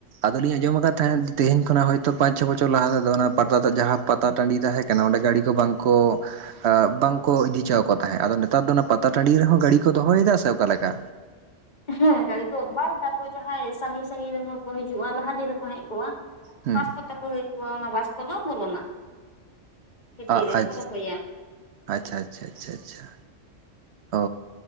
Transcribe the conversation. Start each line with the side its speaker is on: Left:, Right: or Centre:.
Right: ᱟᱫᱚ ᱞᱤᱧ ᱟᱸᱡᱚᱢ ᱟᱠᱟᱫ ᱛᱟᱦᱮᱸᱫ ᱛᱮᱦᱮᱧ ᱠᱷᱚᱱᱟᱜ ᱦᱚᱭᱛᱚ ᱯᱟᱸᱪ ᱪᱷᱚ ᱵᱚᱪᱷᱚᱨ ᱞᱟᱦᱟ ᱛᱮᱫᱚ ᱚᱱᱟ ᱯᱟᱛᱟ ᱡᱟᱦᱟᱸ ᱯᱟᱛᱟ ᱴᱟᱺᱰᱤ ᱛᱟᱦᱮᱸ ᱠᱟᱱᱟ ᱚᱸᱰᱮ ᱜᱟᱹᱰᱤ ᱠᱚ ᱵᱟᱝᱠᱚ ᱵᱟᱝᱠᱚ ᱤᱫᱤ ᱦᱚᱪᱚ ᱟᱠᱚ ᱛᱟᱦᱮᱸᱫ ᱟᱫᱚ ᱱᱮᱛᱟᱨ ᱫᱚ ᱚᱱᱟ ᱯᱟᱛᱟ ᱴᱟᱺᱰᱤ ᱨᱮᱦᱚᱸ ᱜᱟᱹᱰᱤ ᱠᱚ ᱫᱚᱦᱚᱭᱮᱫᱟ ᱥᱮ ᱚᱠᱟ ᱞᱮᱠᱟ
Left: ᱦᱮᱸ ᱜᱟᱹᱲᱤ ᱠᱚ ᱵᱟᱝ ᱛᱟᱨᱯᱚᱨ ᱡᱟᱦᱟᱸᱭ ᱥᱟᱺᱜᱤᱧ ᱥᱟᱺᱜᱤᱧ ᱨᱮᱱ ᱦᱚᱲ ᱠᱚ ᱦᱤᱡᱩᱜᱼᱟ ᱞᱟᱦᱟ ᱫᱤᱱ ᱨᱮᱠᱚ ᱦᱮᱡ ᱠᱚᱜᱼᱟ
Right: ᱦᱩᱸ
Left: ᱵᱟᱥ ᱠᱚ ᱛᱮᱠᱚ ᱦᱤᱡᱩᱜᱼᱟ ᱚᱱᱟ ᱵᱟᱥ ᱫᱚ ᱵᱚᱞᱚᱱᱟ ᱵᱷᱤᱛᱤᱨ
Right: ᱟᱡ
Left: ᱨᱮᱜᱮ ᱠᱚ ᱫᱚᱦᱚᱭᱟ
Right: ᱟᱪ ᱪᱷᱟ ᱟᱪ ᱪᱷᱟ ᱟᱪ ᱪᱷᱟ ᱟᱪ ᱪᱷᱟ ᱚ